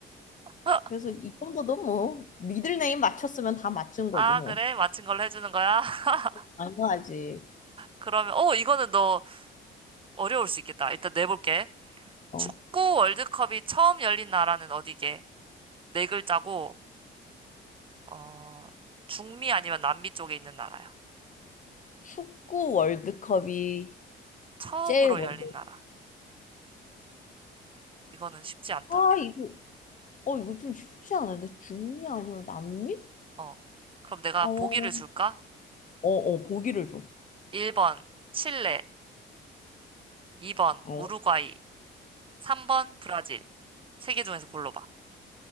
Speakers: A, on the right (about 25°); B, on the left (about 40°).
A: <laughs>
B: 그래서 이 정도도 뭐 미들네임 맞췄으면 다 맞춘 거지
A: 아,
B: 뭐.
A: 그래? 맞힌 걸로 해주는 거야? <laughs>
B: 당연하지.
A: 그러면, 어, 이거는 너 어려울 수 있겠다. 일단 내볼게.
B: 어,
A: 축구 월드컵이 처음 열린 나라는 어디게? 네 글자고, 어, 중미 아니면 남미 쪽에 있는 나라야.
B: 축구 월드컵이
A: 처음으로
B: 제일 먼저.
A: 열린 나라. 이거는 쉽지 않다.
B: 아, 이거, 어, 이거 좀 쉽지 않은데? 중미 아니면 남미?
A: 어. 그럼 내가
B: 어, 어,
A: 보기를 줄까?
B: 어, 보기를 줘.
A: 1번, 칠레. 2번,
B: 어,
A: 우루과이. 3번, 브라질. 세 개 중에서 골라봐.